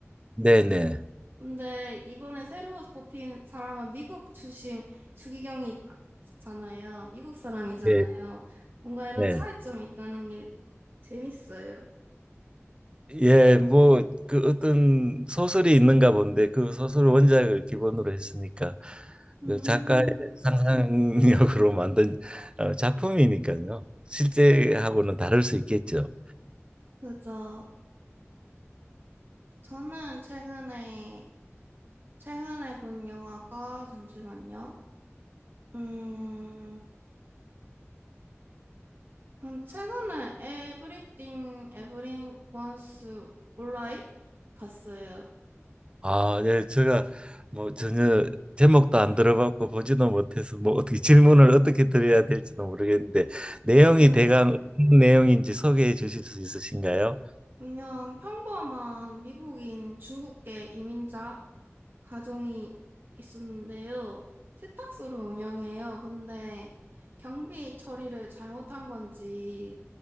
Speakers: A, on the right; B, on the right.
A: 네네.
B: 근데 이번에 새로 뽑힌 사람은 미국 출신 추기경이잖아요. 미국 사람이잖아요.
A: 예,
B: 뭔가 이런
A: 네.
B: 차이점이 있다는 게 재밌어요.
A: 예, 뭐, 그 어떤 소설이 있는가 본데 그 소설 원작을 기본으로 했으니까
B: 음,
A: 그 작가의 상상력으로 <laughs> 만든 어, 작품이니까요. 실제하고는 다를 수 있겠죠.
B: 그죠. 저는 최근에, 최근에 본 영화가, 잠시만요. 음, 전 최근에 Everything, Everyone Wants Alright 봤어요.
A: 아, 예, 제가 뭐 전혀 제목도 안 들어봤고 보지도 못해서 뭐 어떻게 질문을 어떻게 드려야 될지도 모르겠는데 내용이
B: 아,
A: 대강 어떤 내용인지 소개해 주실 수 있으신가요?
B: 그냥 평범한 미국인 중국계 이민자 가정이 있었는데요. 세탁소를 운영해요. 근데 경비 처리를 잘못한 건지